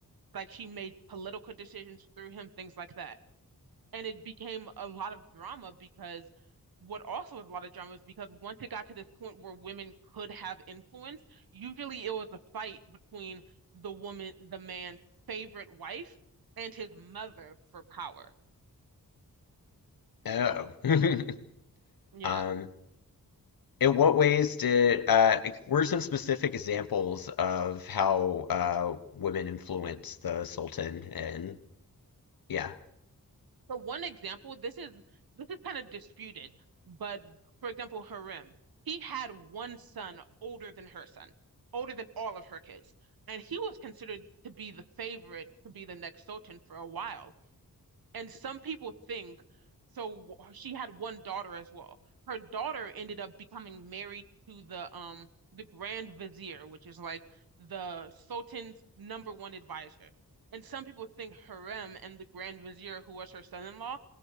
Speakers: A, on the right; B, on the left.
A: like she made political decisions through him, things like that. And it became a lot of drama because what also was a lot of drama is because once it got to this point where women could have influence, usually it was a fight between the woman, the man's favorite wife and his mother for power.
B: Oh. <laughs>
A: Yeah.
B: Um, in what ways did uh, like, what some specific examples of how uh, women influence the Sultan? And yeah,
A: So one example, this is this is kind of disputed, but for example, Harem, he had one son older than her son, older than all of her kids. And he was considered to be the favorite to be the next Sultan for a while. And some people think so. She had one daughter as well. Her daughter ended up becoming married to the um the Grand Vizier, which is like the Sultan's number one advisor. And some people think Harem and the Grand Vizier, who was her son-in-law,